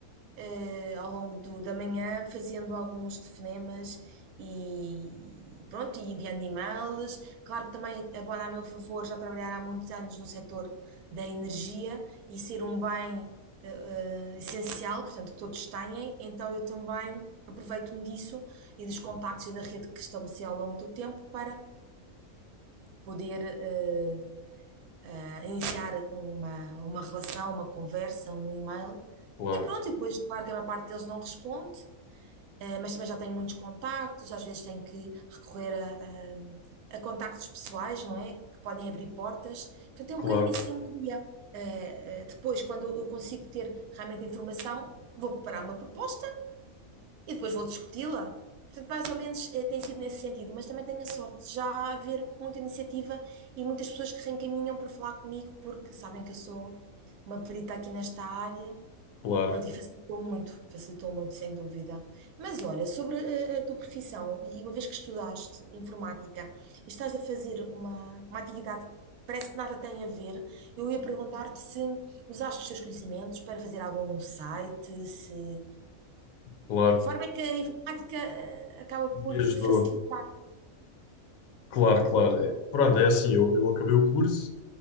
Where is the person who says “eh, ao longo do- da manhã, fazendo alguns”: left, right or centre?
Right